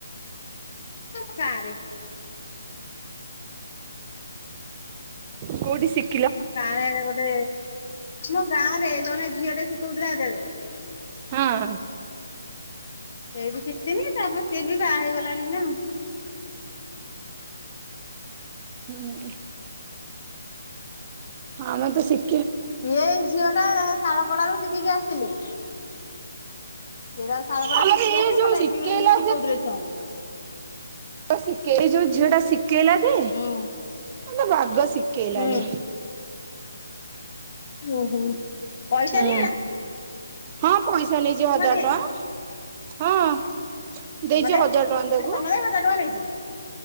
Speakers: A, on the left; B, on the right.
A: <unintelligible> ଗାଁରେ।
B: <unintelligible> ଶିକ୍।
A: ଆମ ଗାଁରେ ଗୋଟେ ଆମ ଗାଁ ରେ ଜଣେ ଝିଅ ଟେ ଶିଖଉଥିଲା ସେତେବେଳେ
B: ହଁ।
A: ସେଇଠୁ ଶିଖିନି ତାପରେ ସିଏ ବି ବାହା ହେଇଗଲାଣି ନା।
B: ହୁଁ ଆମେ ତ ଶିକ
A: ଇଏଇ ଝିଅ ଟା ସାଳ ପଡାାରୁୁ ଶିଖିକି ଆସିଥିଲି ସେଇଟା ତାର ଶାଳପଡା
B: ଆମର
A: ଶିଖିକି
B: ଇଏ
A: ଆସି
B: ଯୋଉ
A: ମାନେ
B: ଶିଖେଇଲା
A: ଏଠି ଶିକୋଉଥିଲେ ଛୁଆଙ୍କୁ।
B: ଶିଖେଇ ଯୋଉ ଝିଅ ଟା ଶିଖେଇଲା ଯେ
A: ହୁଁ।
B: ଯେ ବାଗ ଶିଖେଇଲାନି
A: ହୁଁ ଓହୋ ପଇସା
B: ହୁଁ
A: ନିଏନା।
B: ହଁ ପଇସା ନେଇଛି ହଜାର
A: ନିଏ
B: ଟଙ୍କା ହଁ ଦେଇଛି
A: ସମତେ
B: ହଜାର ଟଙ୍କା ତାକୁ
A: ମାନେ ସମତେ ହଜାର ଟଙ୍କା ନେଇଛିି।